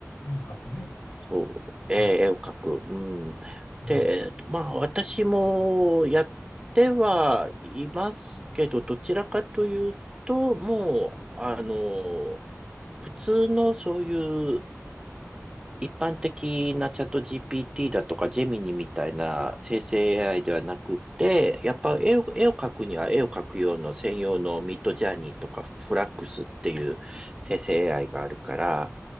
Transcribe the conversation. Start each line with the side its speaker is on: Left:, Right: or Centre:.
Left: 遠隔ね。
Right: そうえー絵を描く。
Left: うん
Right: うん。
Left: うん
Right: で、まあ、私もやってはいますけど、どちらかというと、もう、あの、普通のそういう一般的なチャット GPT だとか、ジェミニみたいな生成 AI ではなくて、やっぱ絵を、絵を描くには絵を描く用の専用のミッドジャーニーとかフラックスっていう生成 AI があるから、